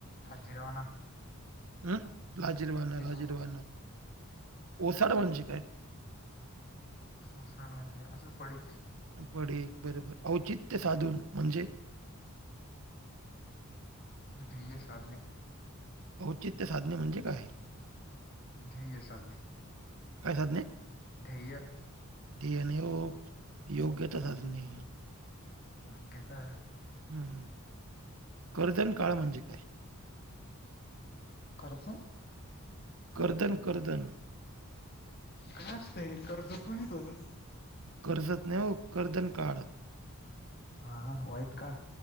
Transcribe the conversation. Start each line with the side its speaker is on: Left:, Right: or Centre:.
Left: लाजीरवाणा.
Right: हम् लाजीरवाना
Left: जिरवणा
Right: लाजीरवाना, ओसाड म्हणजे काय?
Left: ओसाड म्हणजे असं पडीक.
Right: पडीक बरोबर, औचित्य साधून म्हणजे?
Left: ध्येय साधणे.
Right: औचित्य साधने, म्हणजे काय?
Left: ध्येय साधणे.
Right: काय साधने.
Left: ध्येय.
Right: ध्येय नाही ओ, योग्यता साधणे.
Left: योग्यता.
Right: हूं हूं कर्दनकाळ म्हणजे काय?
Left: करर्जन?
Right: कर्दन कर्दन.
Left: कासय कर्जत <unintelligible>
Right: कर्जत नाही ओ कर्दनकाळ.
Left: हां हां वाईट काळ.